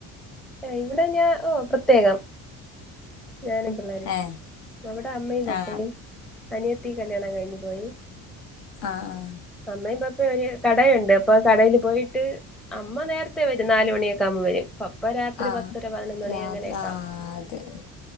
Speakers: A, in the centre; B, on the left (about 60°).
A: ഇവിടെ ഞാൻ ഓ പ്രത്യേകം ഞാനും പിള്ളേര്
B: ഏ
A: അവിടെ അമ്മയും പപ്പയും
B: ആ
A: അനിയത്തി കല്യാണം കഴിഞ്ഞു പോയി
B: ആഹ ആഹ്
A: അമ്മയും പപ്പ യും ഒര് കടയുണ്ട് അപ്പൊ കടെൽ പോയിട്ട് അമ്മ നേരത്തെ വരും നാലുമണിയൊക്കെ ആകുമ്പോ വരും പപ്പ അപ്പ രാത്രി
B: ആ ആ ആ
A: പത്തര പതിനൊന്ന് മണി
B: രാത്രി
A: അങ്ങനെയൊക്കാവും.
B: ആ അതെ